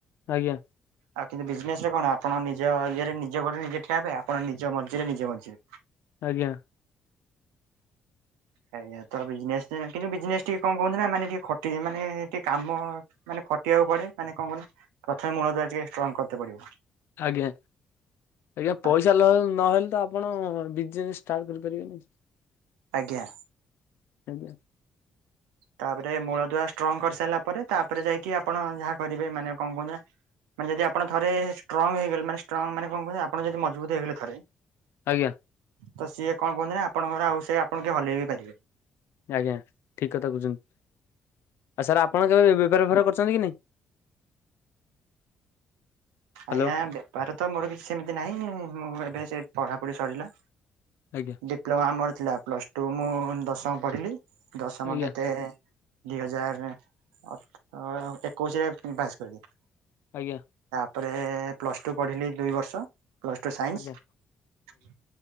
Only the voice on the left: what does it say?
ଆଜ୍ଞା।
ଆଜ୍ଞା।
ଆଜ୍ଞା ଆଜ୍ଞା
ପଇସା ନହ ନହେଲେ ତ ଆପ ଆପଣ ବିଜନେସ୍ ଷ୍ଟାର୍ଟ କରିପାରିବେନି।
ଆଜ୍ଞା।
ଆଜ୍ଞା।
ଆଜ୍ଞା ଠିକ୍ କଥା କହୁଚନ୍ତି ଆଉ ସାର୍ ଆପଣ କେବେ ବେପାର ଫେବାର କରଛନ୍ତି କି ନାଇଁ? ହ୍ୟାଲୋ
ଆଜ୍ଞା।
ଆଜ୍ଞା
ଆଜ୍ଞା।
ଆଜ୍ଞା